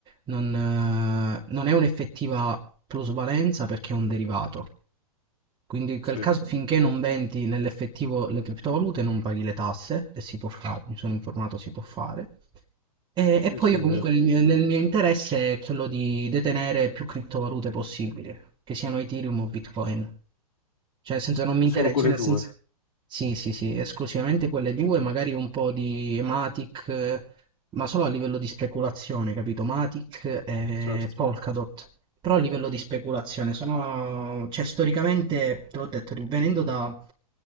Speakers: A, on the right; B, on the left.
A: non, eh, non è un'effettiva plusvalenza perché è un derivato. Quindi in quel
B: Sì,
A: caso finché non vendi nell'effettivo le criptovalute non paghi le tasse, e si può fare, mi sono informato si può fare. E,
B: sì,
A: e poi
B: sì,
A: io
B: è
A: comunque
B: vero.
A: il mio- nel mio interesse è quello di detenere più criptovalute possibile, che siano Ethereum o Bitcoin. Cioè, nel senso non mi
B: Solo
A: interessa,
B: quelle
A: cioè, nel
B: 2,
A: senso... Sì, sì, sì, esclusivamente quelle due, magari un po' di Matic, eh, ma solo a livello di speculazione, capito? Matic e
B: certo.
A: Polkadot. Però a livello di speculazione sono... Cioè, storicamente, te l'ho detto, venendo da...